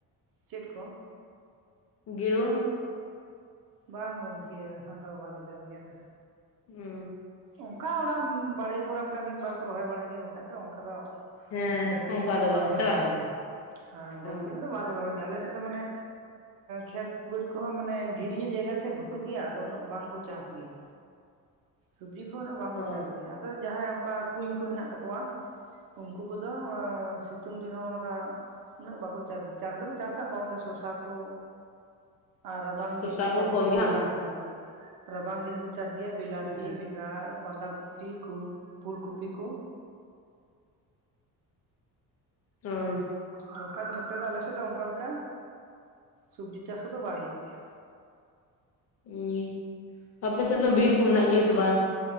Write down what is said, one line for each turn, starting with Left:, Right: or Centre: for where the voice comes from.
Right: ᱪᱮᱫ ᱠᱚ
Left: ᱜᱤᱲᱩᱣᱟ.
Right: ᱵᱟᱝ ᱜᱚᱢᱠᱮ ᱟᱫᱚ ᱵᱟᱞᱮ ᱪᱟᱥ ᱜᱮᱭᱟᱞᱮ
Left: ᱩᱸ
Right: ᱚᱱᱠᱟ ᱚᱲᱟᱜ ᱵᱟᱲᱜᱮ ᱠᱚᱨᱮ ᱚᱱᱠᱟ ᱢᱤᱫ ᱵᱟᱨ ᱠᱚ ᱨᱚᱦᱚᱭ ᱵᱟᱲᱟᱭ ᱜᱮᱭᱟ ᱵᱟᱠᱷᱟᱡ ᱫᱚ ᱚᱱᱠᱟ ᱫᱚ
Left: ᱦᱮᱸ
Right: ᱡᱟᱹᱥᱛᱤ
Left: ᱚᱱᱠᱟ
Right: ᱧᱚᱜ ᱫᱚ ᱵᱟᱝᱞᱮ
Left: ᱵᱟᱝ ᱥᱮ
Right: ᱨᱚᱦᱚᱭ
Left: ᱵᱟᱝ
Right: ᱜᱮᱭᱟ ᱡᱟᱹᱥᱛᱤ
Left: ᱚ
Right: ᱧᱚᱜ ᱫᱚ ᱵᱟᱝᱞᱮ ᱨᱚᱦᱚᱭ ᱜᱮᱭᱟ ᱟᱞᱮ ᱥᱮᱫ ᱫᱚ ᱢᱟᱱᱮ ᱠᱷᱮᱛ ᱵᱟᱹᱫᱽ ᱠᱚᱦᱚᱸ ᱢᱟᱱᱮ ᱫᱷᱤᱨᱤ ᱧᱚᱜ ᱡᱟᱭᱜᱟ ᱥᱮ ᱜᱷᱩᱴᱩ ᱜᱮᱭᱟ ᱟᱫᱚ ᱩᱱᱟᱹᱜ ᱵᱟᱝᱠᱚ ᱪᱟᱥ ᱜᱮᱭᱟ ᱥᱚᱵᱡᱤ ᱠᱚ ᱩᱱᱟᱹᱜ ᱵᱟᱝᱠᱚ
Left: ᱚ
Right: ᱪᱟᱥ ᱜᱮᱭᱟ ᱟᱫᱚ ᱡᱟᱦᱟᱸᱭ ᱚᱱᱠᱟ ᱠᱩᱧ ᱠᱚ ᱦᱮᱱᱟᱜ ᱛᱟᱠᱚᱣᱟ ᱩᱱᱠᱩ ᱠᱚᱫᱚ ᱮ ᱥᱤᱛᱩᱝ ᱫᱤᱱᱦᱚ ᱚᱱᱠᱟ ᱩᱱᱟᱹᱜ ᱵᱟᱠᱚ ᱪᱟᱥ ᱪᱟᱥ ᱫᱚ ᱠᱚ ᱪᱟᱥᱼᱟ ᱠᱚᱢ ᱜᱮ ᱥᱚᱥᱟ ᱠᱚ ᱟᱨ ᱨᱟᱵᱟᱝ
Left: ᱥᱚᱥᱟ
Right: ᱫᱤᱱ ᱠᱚ ᱪᱟᱥ
Left: ᱠᱚᱢ
Right: ᱜᱮᱭᱟ
Left: ᱜᱮ
Right: ᱵᱮᱞᱟ
Left: ᱵᱟᱝ
Right: ᱦᱟᱨ ᱨᱟᱵᱟᱝ ᱫᱤᱱ ᱠᱚ ᱪᱟᱥ ᱜᱮᱭᱟ
Left: ᱚ
Right: ᱛᱤ ᱵᱮᱸᱜᱟᱲ ᱟᱸᱫᱟ ᱠᱚᱯᱤ ᱠᱩᱞ ᱯᱷᱩᱞ ᱠᱚᱯᱤ ᱠᱚ
Left: ᱳ
Right: ᱟᱨ ᱵᱟᱠᱷᱟᱡ ᱫᱚ ᱱᱚᱛᱮ ᱫᱚ ᱟᱞᱮ ᱥᱮᱫ ᱫᱚ ᱚᱱᱠᱟ ᱞᱮᱠᱟ ᱥᱚᱵᱡᱤ ᱪᱟᱥ ᱠᱚᱫᱚ ᱵᱟᱭ ᱦᱩᱭᱩᱜ ᱜᱮᱭᱟ
Left: ᱩᱸ ᱟᱯᱮ ᱥᱮᱫ ᱫᱚ ᱵᱤᱨ ᱠᱚ ᱢᱮᱱᱟᱜ ᱜᱮᱭᱟ ᱥᱮ ᱵᱟᱝ